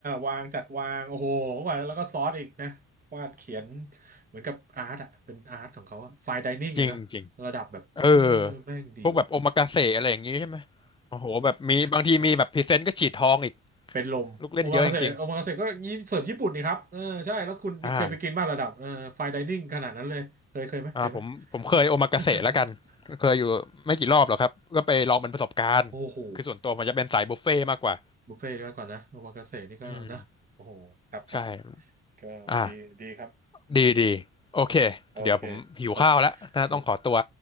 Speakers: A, on the right; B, on the left.
A: วางจัดวางโอ้โหกว่าแล้วก็ซอสอีกนะวาดเขียนเหมือนกับอาร์ตอ่ะเป็นอาร์ตของเขาอะไฟน์ไดนิ่งอะเนอะระดับแบบเออ
B: จริงจริง เออ
A: แม่งดีว่ะ
B: พวกแบบโอมากาเสะอะไรอย่างงี้ใช่ไหมโอ้โหแบบมีบางทีมีแบบพรีเซนต์ก็ฉีดทองอีก
A: <laughs> โอ้ เป็นลมโอมากาเสะโอมากาเสะก็ยิเสิร์ฟญี่ปุ่นนี่ครับเออใช่แล้วคุณเคยไปกินบ้างระดับเออไฟน์ไดนิ่งขนาดนั้นเลย
B: ลูกเล่นเยอะจริงๆอ่า
A: เคยเคยไหมเคยไหม
B: อ่าผมผมเคยโอมากาเสะแล้วกัน
A: <laughs>
B: เคยอยู่ไม่กี่รอบหรอกครับก็ไปลองเป็นประสบการณ์คือส่วนตัวผมจะเป็นสายบุฟเฟ่ต์มากกว่า
A: โอ้โหบุฟเฟ่ต์ด้วยก่อนนะโอมากาเสะนี่ก็นะโอ้โหครับครับ
B: อืมใช่
A: ก็ดีดีครับอืม
B: อ่าดีดีโอเคเดี๋ยวผมหิวข้าวแล้วน่าต้องขอตัว
A: โอเคขอบขอบ